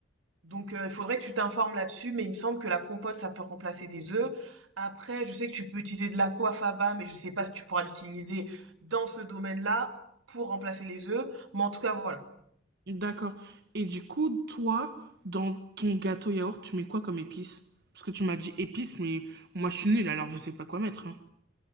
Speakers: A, on the right (about 85°); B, on the right (about 55°).
A: Donc, euh, il faudrait que tu t'informes là-dessus, mais il me semble que la compote, ça peut remplacer des œufs. Après, je sais que tu peux utiliser de l'aquafaba, mais je sais pas si tu pourras l'utiliser dans ce domaine-là pour remplacer les œufs. Mais en tout cas, voilà.
B: D'accord. Et du coup, toi, dans ton gâteau yaourt, tu mets quoi comme épice? Parce que tu m'as dit épices, mais moi je suis nulle, alors je sais pas quoi mettre, hein.